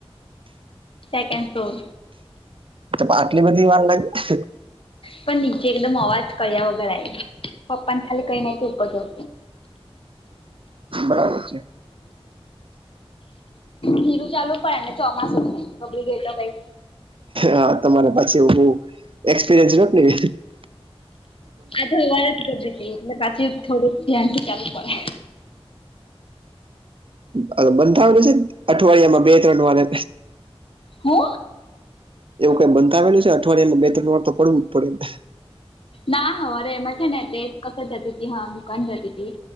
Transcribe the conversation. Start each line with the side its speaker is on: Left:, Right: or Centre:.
Left: સેકેંડ ફ્લોર
Right: તપા આટલી બધી વાર <unintelligible>
Left: પણ નીચે એકદમ અવાજ કર્યા વગર આઈ પપ્પાન ખાલી કઈને આઈ કે ઉપર જવ છું.
Right: બરાબર છે.
Left: ધીરું ચાલવું પડેને ચોમાસું થઈ <unintelligible> તો કંઈ
Right: હા તમારે પછી હું એક્સપિરયન્સ <inaudible>
Left: આ જો <unintelligible> જ <unintelligible> એટલે પાછું થોડુંક ધ્યાનથી ચાલવું પડે
Right: આ તો બંધ થાવાનું છેન અઠવાડિયામાં બે ત્રન વારે
Left: હુ
Right: એવું કાંઈ બંધાવેલું છે કે અઠવાડિયામાં બે ત્રન વાર તો પડવું જ પડે
Left: ના હવારે એમાં છે ને તે કશે જતીતી હા દુકાન જતીતી